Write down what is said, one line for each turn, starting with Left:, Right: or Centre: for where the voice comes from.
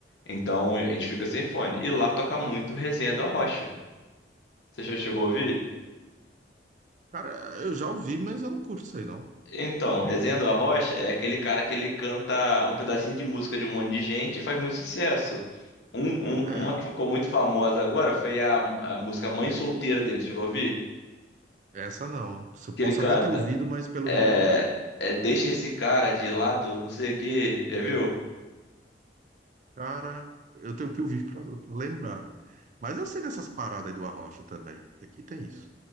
Left: Então, a gente fica sem fone. E lá toca muito Resenha do Arrocha. Você já chegou a ouvir?
Right: Cara, eu já ouvi, mas eu não curto isso aí, não.
Left: Então, Resenha do Arrocha é aquele cara que ele canta um pedacinho de música de um monte de gente e faz muito sucesso. Um, um-
Right: É,
Left: uma que ficou muito famosa agora foi a, a música Mãe Solteira dele. Chegou a ouvir?
Right: essa não. Eu
Left: Que
Right: posso
Left: ele canta.
Right: até ter ouvido, mas pelo
Left: É,
Right: nome,
Left: é deixa esse cara de lado, não sei o que, já viu?
Right: cara, eu tenho que ouvir <laughs> para lembrar. Mas eu sei dessas paradas aí do Arrocha também. Aqui tem isso.